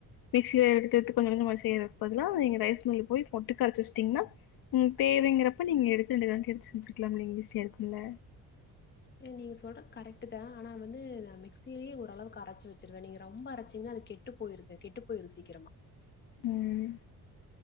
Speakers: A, on the left; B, on the left.
A: மிக்சிய எடுத்து எடுத்து கொஞ்ச கொஞ்ச செய்யறதுக்கு பதில்லா நீங்க ரைஸ் மில்க்கு பொய்ட்டு ஒட்டுக்கா அரச்சு வச்சுட்டிங்கன்னா ம் தேவைங்கிறப்ப நீங்க எடுத்து ரெண்டு கரண்டி எடுத்து செஞ்சுர்க்லாம்லா நீங்க ஈஸியா இருக்குல்ல
B: நீங்க சொல்றது கரெக்டதா ஆனா வந்து மிக்சியிலே ஓரளவுக்கு அரச்சு வச்சுருவே நீங்த ரொம்ப அரச்சிங்கன்னா அது கெட்று கெட்டு பொயிருது சீக்ரமா
A: ம்